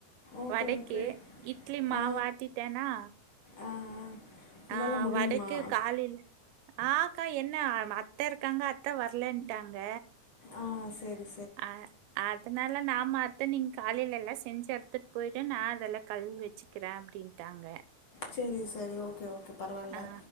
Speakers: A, on the left; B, on the right.
A: ஓகே
B: வடைக்கு
A: ஓகே
B: இட்லி மாவு
A: ஆ
B: அட்டிட்டேனா
A: ஆ ஆ உன்னால
B: ஆ
A: முடியுமா
B: வடைக்கு காலில ஆஹ் க்கா என்ன அத்த இருக்காங்க அத்த வரலன்னட்டாங்க
A: ஆ செரி
B: அ அதுனால நா மாத்த நீங்க காலேலல்லா செஞ்சு எடுத்துட்டு போயிட்டு நா அதெல்லா கழுவி வெச்சுக்கிறே அப்டின்ட்டாங்க
A: செரி செரி ஓகே ஓகே க்கு பரவால்ல
B: ஆ